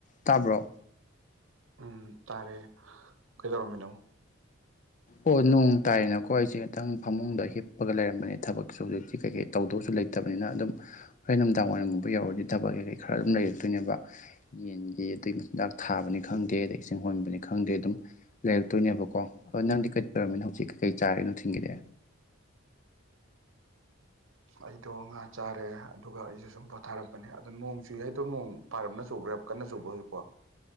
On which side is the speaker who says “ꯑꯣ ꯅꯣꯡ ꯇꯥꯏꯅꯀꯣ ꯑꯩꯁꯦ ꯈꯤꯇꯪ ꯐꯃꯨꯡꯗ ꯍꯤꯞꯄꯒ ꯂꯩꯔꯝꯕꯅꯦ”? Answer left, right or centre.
Left